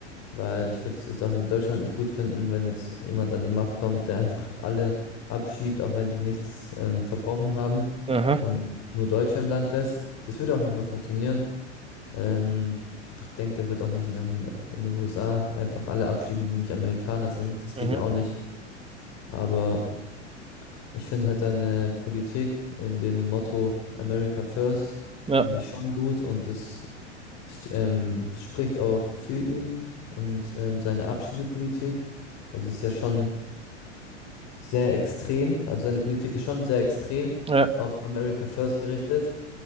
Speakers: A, on the left (about 45°); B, on the right (about 15°).
A: weil ich würde es jetzt auch in Deutschland nicht gut finden, wenn jetzt jemand an die Macht kommt, der einfach alle abschiebt, auch wenn die nichts ähm, verbrochen haben
B: Aha.
A: und nur Deutsche im Land lässt. Das würde auch nicht mal funktionieren. Ähm, ich denke, der wird auch nicht in, den- in den USA einfach alle abschieben, die nicht Amerikaner sind. Das geht
B: Mhm.
A: ja auch nicht. Aber Ich finde halt deine Politik in dem Motto America First,
B: Ja,
A: finde ich schon gut und es ähm, spricht auch für ihn und ähm, seine Abschiebepolitik. Also es ist ja schon sehr extrem. Also seine Politik ist schon sehr extrem
B: ja,
A: auf America First gerichtet.